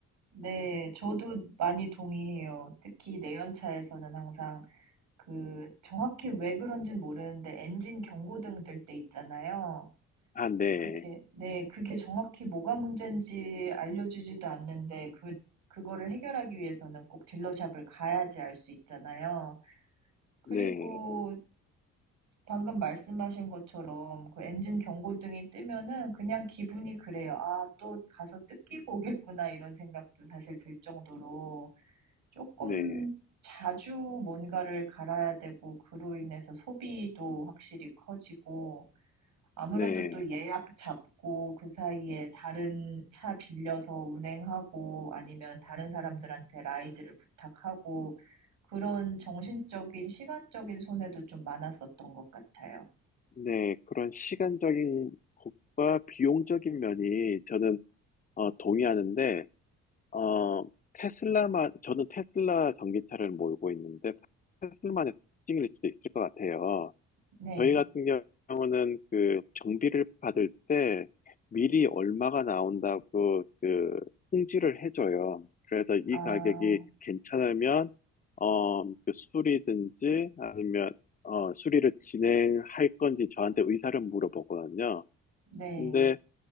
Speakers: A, on the right (about 75°); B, on the left (about 25°).
A: 네, 저도 많이 동의해요. 특히 내연차에서는 항상 그 정확히 왜 그런진 모르는데 엔진 경고등 뜰 때 있잖아요.
B: 아, 네,
A: 그게, 네, 그게 정확히 뭐가 문제인지 알려주지도 않는데, 그, 그거를 해결하기 위해서는 꼭 딜러샵을 가야지 알 수 있잖아요. 그리고
B: 네,
A: 방금 말씀하신 것처럼 그 엔진 경고등이 뜨면은 그냥 기분이 그래요. 아, 또 가서 뜯기고 오겠구나, 이런 생각도 사실 들 정도로 조금
B: 네,
A: 자주 뭔가를 갈아야 되고, 그로 인해서 소비도 확실히 커지고, 아무래도
B: 네,
A: 또 예약 잡고 그 사이에 다른 차 빌려서 운행하고 아니면 다른 사람들한테 라이드를 부탁하고 그런 정신적인, 시간적인 손해도 좀 많았었던 것 같아요.
B: 네. 그런 시간적인 것과 비용적인 면이 저는 어, 동의하는데, 어, 테슬라만, 저는 테슬라 전기차를 몰고 있는데, 테슬만의 특징일 수도 있을 것 같아요.
A: 네.
B: 저희 같은 경우는 그 정비를 받을 때 미리 얼마가 나온다고 그 통지를 해줘요. 그래서 이
A: 아,
B: 가격이 괜찮으면 어, 그 수리든지 아니면 어, 수리를 진행할 건지 저한테 의사를 물어보거든요.
A: 네.
B: 근데